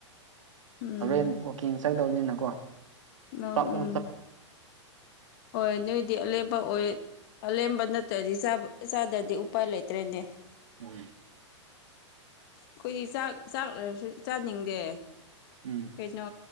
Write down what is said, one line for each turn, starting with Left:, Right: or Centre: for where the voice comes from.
Left: ꯎꯝ
Right: ꯍꯣꯔꯦꯟ ꯋꯀꯤꯡ ꯆꯪꯗꯧꯅꯤꯅꯀꯣ
Left: ꯅꯪ
Right: ꯆꯥꯎ
Left: ꯎꯝ
Right: ꯆ
Left: ꯍꯣꯏ ꯅꯣꯏꯗꯤ ꯑꯂꯦꯝꯦꯝꯕ ꯑꯣꯏ ꯑꯂꯦꯝꯦꯝꯕ ꯅꯠꯇ꯭ꯔꯗꯤ ꯆꯥꯗ꯭ꯔꯗꯤ ꯎꯄꯥꯏ ꯂꯩꯇ꯭ꯔꯦꯅꯦ
Right: ꯎ
Left: ꯑꯩꯈꯣꯏꯗꯤ ꯆꯥꯛ ꯆꯥꯛ ꯂꯩꯔꯁꯨ ꯆꯥꯅꯤꯡꯗꯦ
Right: ꯎꯝ
Left: ꯀꯩꯅꯣ